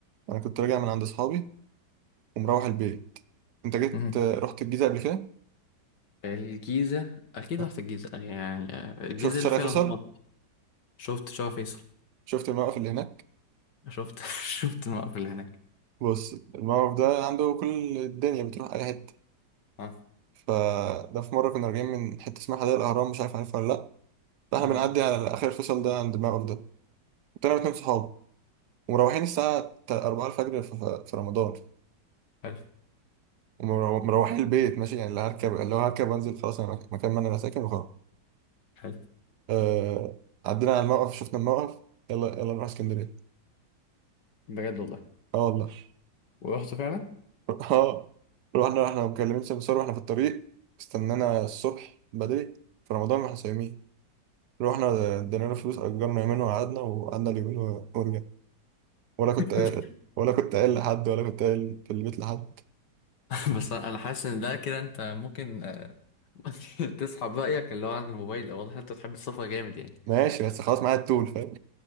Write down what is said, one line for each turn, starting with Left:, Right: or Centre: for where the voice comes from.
Right: أنا كنت راجع من عند أصحابي ومروح البيت أنت جيت
Left: مم.
Right: آه، رحت الجيزة قبل كده؟
Left: الجيزة أكيد
Right: آه.
Left: رحت الجيزة آه، يعني آه، الجيزة
Right: شفت شارع
Left: اللي فيها
Right: فيصل؟
Left: الأهرامات شفت شارع فيصل
Right: شفت الموقف اللي هناك؟
Left: شفت <laughs> شفت الموقف اللي هناك
Right: بص الموقف ده عنده كل الدنيا بتروح اي حته
Left: أه
Right: فده في مره كنا راجعين من حته اسمها حدائق الاهرام مش عارف عارفها ولا لا فاحنا
Left: مهم.
Right: بنعدي على اخر الفصل ده عند الموقف ده طلعنا اتنين صحاب ومروحين الساعه 4 الفجر في في رمضان
Left: حلو
Right: ومروحين البيت ماشي يعني اللي هركب اللي هو هركب وانزل خلاص انا مك- مكان ما انا ساكن وخلاص
Left: حلو
Right: آه... عدينا على الموقف شفنا الموقف يلا يلا نروح اسكندريه
Left: <laughs> بجد والله
Right: اه والله
Left: ورحت فعلا
Right: <laughs> اه رحنا رحنا مكلمين سمسار واحنا في الطريق استنانا الصبح بدري في رمضان واحنا صايمين رحنا ادينا له فلوس اجرنا يومين وقعدنا وقعدنا اليومين و- ورجعنا ولا كنت
Left: <laughs>
Right: قايل ولا كنت قايل لحد ولا كنت قايل في البيت لحد
Left: <laughs> بس انا حاسس ان ده كده انت ممكن آه، <laughs> تسحب رايك اللي هو عن الموبايل او واضح إن انت بتحب السفر جامد يعني
Right: ماشي بس خلاص معايا التول فاهم